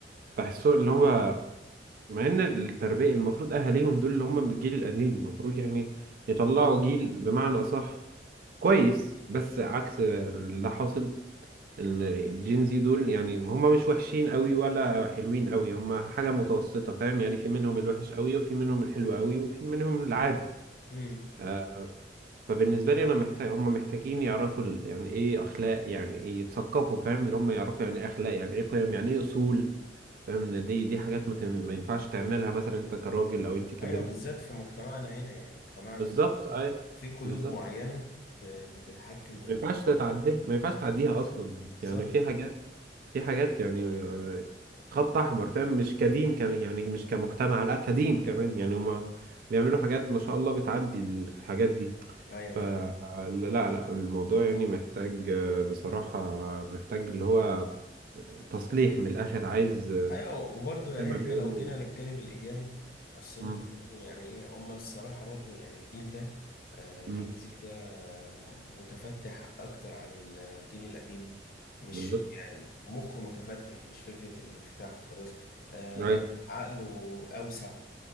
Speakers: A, on the right; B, on the left.
A: بحسوا اللي هم مع ان التربية المفروض اهاليهم دول اللي هم من الجيل القديم المفروض يعني يطلعوا جيل بمعنى اصح كويس بس عكس اللي حاصل الجين زي دول يعني هما مش وحشين قوي ولا حلوين قوي هما حاجة متوسطة فاهم يعني في منهم الوحش قوي وفي منهم الحلو قوي وفي منهم العادي
B: امم
A: آه، فبالنسبة لي أنا محتاج هما محتاجين يعرفوا ال- يعني إيه أخلاق يعني إيه يتثقفوا فاهم اللي هما يعرفوا يعني إيه أخلاق يعني إيه قيم يعني إيه أصول فاهم إن دي دي حاجات ما, تم- ما ينفعش تعملها مثلا أنت كراجل أو أنت كبنت
B: ايوه بالذات في مجتمعنا هنا يعني مجتمعنا
A: بالظبط
B: المصري
A: أي
B: في قيود
A: بالظبط
B: معينة ب- بتتحكم في
A: ما ينفعش
B: ال-
A: تتعديها ما ينفعش تعديها أصلا
B: بالظبط
A: يعني في حاجات في حاجات يعني خط احمر فاهم مش كدين كمان يعني مش كمجتمع لا كدين كمان يعني هما بيعملوا حاجات ما شاء الله بتعدي الحاجات دي
B: ايوه
A: فلا
B: فاهم
A: لا لا، الموضوع يعني محتاج آه، بصراحة محتاج اللي هو تصليح من الاخر عايز آه،
B: ايوه وبرضه يعني
A: زي ما
B: احنا
A: بيقولوا
B: لو جينا للجانب الايجابي بس انت
A: مم،
B: برضه يعني ايه هما الصراحه برضه يعني الجيل ده آه،
A: مم،
B: جين زي ده م- متفتح اكتر عن الجيل القديم مش
A: بالظبط
B: يعني مخه متفتح مش فكره الانفتاح وخلاص آه،
A: أيوة.
B: عقله اوسع